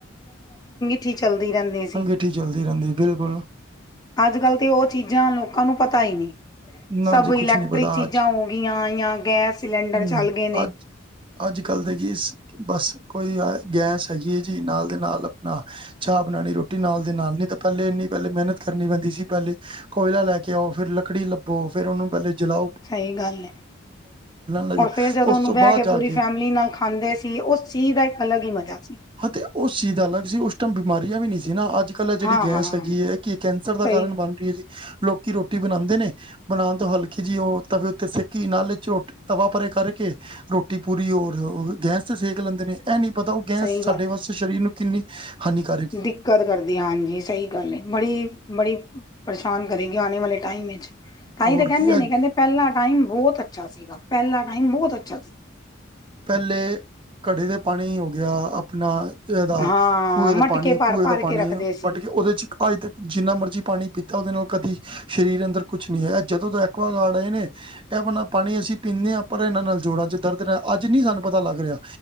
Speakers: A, on the left; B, on the right.
A: ਕੀ ਚੱਲਦੀ ਰਹਿੰਦੀ ਏ
B: ਅਗਿੱਠੀ ਚੱਲਦੀ ਰਹਿੰਦੀ ਬਿਲਕੁਲ
A: ਅੱਜ- ਕੱਲ੍ਹ ਤੇ ਉਹ ਚੀਜ਼ਾਂ ਲੋਕਾਂ ਨੂੰ, ਪਤਾ ਹੀ ਨਹੀਂ
B: ਨਾ
A: ਸਭ
B: ਜੀ
A: ਇਲੈਕਟ੍ਰਿਕ
B: ਕੁਛ ਨੀ ਪਤਾ
A: ਚੀਜ਼ਾਂ
B: ਅੱਜ
A: ਹੋ ਗਈਆਂ, ਜਾਂ ਗੈਸ ਸਿਲੰਡਰ
B: ਹੂੰ
A: ਚੱਲ ਗਏ ਨੇ
B: ਅੱਜ ਅੱਜ- ਕੱਲ੍ਹ ਦੇ ਕੀ ਬਸ ਕੋਈ, ਗੈਸ ਹੈਗੀ ਹੈ ਜੀ, ਨਾਲ ਦੇ ਨਾਲ ਆਪਣਾ ਚਾਹ ਬਣਾਉਣੀ, ਰੋਟੀ ਨਾਲ ਦੇ ਨਾਲ, ਨਹੀਂ ਤਾਂ ਪਹਿਲੇ ਇੰਨੀ ਪਹਿਲੇ ਮਿਹਨਤ, ਕਰਨੀ ਪੈਂਦੀ ਸੀ ਪਹਿਲੇ ਕੋਇਲਾ ਲੈ ਕੇ ਆਓ, ਫੇਰ ਲੱਕੜੀ ਲੱਭੋ, ਫੇਰ ਉਹਨੂੰ ਪਹਿਲੇ ਜਲਾ
A: ਸਹੀ ਗੱਲ ਹੈ,
B: ਲੱਗੇ
A: ਰ ਫੇਰ ਜਦੋਂ
B: ਉਸ
A: ਉਹਨੂੰ
B: ਤੋਂ
A: ਬਹਿ
B: ਬਾਅਦ
A: ਕੇ
B: ਜਾ
A: ਪੂਰੀ ਫੈਮਲੀ, ਨਾਲ ਖਾਂਦੇ ਸੀ। ਉਸ ਚੀ ਬੈਂਕ ਅਲੱਗ ਹੀ ਮਜ਼ਾ ਸੀ।
B: ਹ ਤੇ ਉਹ ਚੀਜ਼ ਅਲੱਗ ਸੀ, ਉਸ ਟਾਈਮ ਬਿਮਾਰੀਆਂ ਵੀ ਨਹੀ ਸੀ ਨਾ, ਅੱਜ ਕੱਲ ਜਿਹੜੀ
A: ਹਾਂ
B: ਗੈਸ
A: ਹਾਂ
B: ਹੈਗੀ ਐ ਕੀ ਕੈਂਸਰ ਦਾ
A: ਸਹੀ
B: ਕਾਰਨ, ਬਣ ਰਹੀ ਹੈ ਜੀ, ਲੋਕੀ ਰੋਟੀ ਬਣਾਉਂਦੇ ਨੇ ਪਰਾਤ ਵੱਲ ਖਿਚੀ ਉਹ ਤਵੇ ਉੱਤੇ ਸੇਕੀ, ਨਾਲ ਚੋ ਤਵਾ ਭਰੇ ਕਰਕੇ ਰੋਟੀ ਪੂਰੀ, ਹੋਰ ਗੈਸ ਤੇ ਸੇਕ ਲੈਂਦੇ ਨੇ ਇਹ ਨਹੀਂ ਪਤਾ, ਉਹ ਗੈਸ
A: ਸਹੀ
B: ਸਾਡੇ
A: ਗੱਲ
B: ਵਾਸਤੇ ਸਰੀਰ ਨੂੰ, ਕਿੰਨੀ ਹਾਨੀਕਾਰਕ ਹੈ।
A: ਦਿੱਕਤ ਕਰਦੀ ਹਾਂਜੀ, ਸਹੀ ਗੱਲ ਏ, ਬੜੀ- ਬੜੀ ਪਰੇਸ਼ਾਨ ਕਰੇਗੀ, ਆਣੇ ਵਾਲੇ ਟਾਈਮ ਵਿੱਚ ਤਾਂ
B: ਹੋਰ
A: ਹੀ ਕਹਿੰਦੇ
B: ਕੀ ਇਹ
A: ਨੇ, ਕਹਿੰਦੇ ਪਹਿਲਾ ਟਾਈਮ ਬਹੁਤ ਅੱਛਾ ਸੀਗਾ, ਪਹਿਲਾ ਟਾਈਮ ਬਹੁਤ ਅੱਛਾ ਸੀ।
B: ਪਹਿਲੇ, ਘੜੇ ਦੇ ਪਾਣੀ ਹੋ ਗਿਆ, ਆਪਣਾ ਇਹਦਾ
A: ਹਾਂ
B: ਖੂਹੇ
A: ਮਟਕੇ
B: ਦਾ ਪਾਣੀ,
A: ਭਰ
B: ਕੂਏ
A: ਭਰ
B: ਦਾ ਪਾਣੀ
A: ਕੇ ਰੱਖਦੇ ਸੀ
B: ਪਟ ਕੇ ਉਹਦੇ ਚ ਪਾਈਦੇ ਆ। ਜਿੰਨਾ ਮਰਜ਼ੀ ਪਾਣੀ ਪੀਤਾ, ਉਹਦੇ ਨਾਲ ਕਦੇ ਸਰੀਰ ਅੰਦਰ ਕੁਛ ਨਹੀਂ ਹੈਗਾ, ਐ ਜਦੋਂ ਤੋਂ ਐਕੁਆਗਾਰਡ ਆਏ ਨੇ ਇਹ ਬਨਾ ਪਾਣੀ ਅਸੀਂ ਪੀਂਦੇ ਆ, ਪਰ ਇਹਨਾਂ ਨਾਲ ਜੋੜਾਂ ਚ ਦਰਦ ਰਿਹਾ। ਅੱਜ ਨੀ ਸਾਨੂੰ ਪਤਾ ਲੱਗ ਰਿਹਾ।